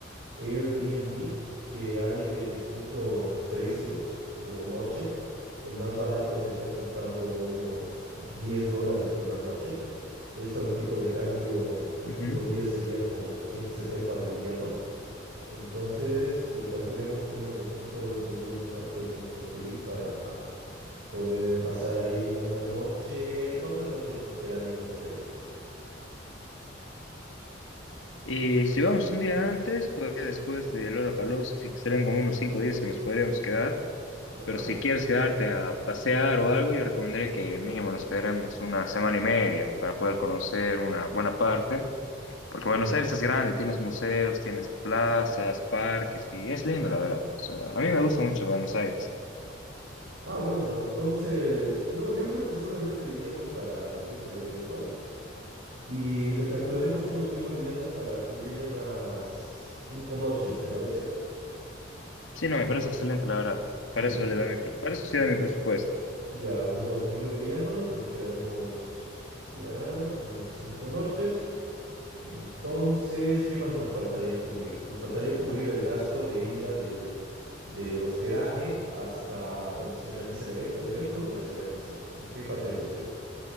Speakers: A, on the right; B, on the left.
A: Airbnb, que hay de distintos precios por noche. El más barato te está costando unos 10 dólares por la noche. Eso al tipo de cambio aquí
B: Ujú.
A: en Bolivia sería como 170 bolivianos. Entonces le calculemos unos 200 bolivianos más que hay que conseguir para poder pasar ahí una noche. ¿Cuántas noches nos quedaríamos por allá?
B: Y si vamos un día antes, pues después de Lollapalooza, así que serían como unos 5 días que nos podríamos quedar.
A: Ya,
B: Pero si quieres quedarte a pasear o algo, yo recomendaría que mínimo nos quedaremos una semana y media para poder conocer una buena parte. Porque
A: ok.
B: Buenos Aires es grande, tienes museos, tienes plazas, parques y es lindo, la verdad. O sea, a mí me gusta mucho Buenos Aires.
A: Ah, bueno, entonces, no, yo creo que solamente iríamos para lo que es el evento y le calcularemos unos mil bolivianos para cubrir unas cinco noches, ¿te parece?
B: Sí, no, me parece excelente, la verdad.
A: Sí,
B: Para eso
A: un-
B: le da mi, pre- para eso sí da mi presupuesto.
A: ya unos mil bolivianos, nos quedaremos ya unas cinco noches. Entonces, ¿qué más nos faltaría cubrir? Nos faltaría cubrir el gasto de ida del, del hospedaje hasta donde se realiza el evento. ¿El evento dónde se realiza? ¿En qué parte de la ciudad?